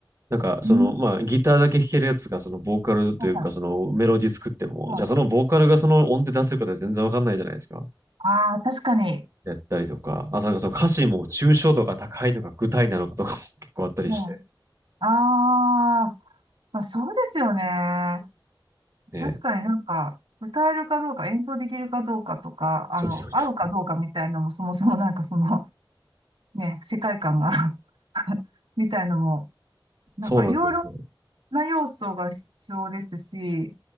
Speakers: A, on the right; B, on the right.
A: なんか、その、
B: うん。
A: まあ、ギターだけ弾けるやつが、その、ボーカルというか、
B: は
A: その、メロディ作っても、
B: い。はい。
A: じゃあ、そのボーカルがその音程出せるかって全然わかんないじゃないですか。
B: ああ、確かに。
A: やったりとか、あ、なんかその歌詞も抽象度が高いのか具体なのかとかも結構あったりして、
B: はい。ああ、まあ、そうですよね。
A: ね。
B: 確かになんか、歌えるかどうか、演奏できるかどうかとか、
A: そうそうそうそう。
B: あの、合うかどうかみたいなのも、そもそもなんかその、ね、世界観が <laughs> みたいのも、なんかいろいろ
A: そうなんですよ。
B: な要素が必要ですし、